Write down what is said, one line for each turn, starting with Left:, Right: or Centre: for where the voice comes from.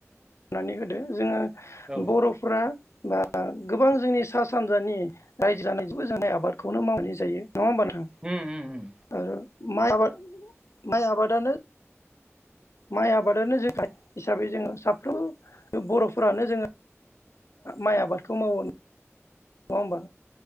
Left: नानै होदो जोङो
Right: औ
Left: बरफोरा बा गोबां जोंनि सा सानजानि रायजो जानायजोंबो जोंनाय आबादखौनो मावनाय जायो नङा होमबा नोंथां
Right: उम उम उम
Left: आरो माइ आबाद माइ आबादानो माइ आबादानो जोख हिसाबै जोङो साफ्रोम बरफोरानो जोंङो माइ आबादखौ मावो नङा होमबा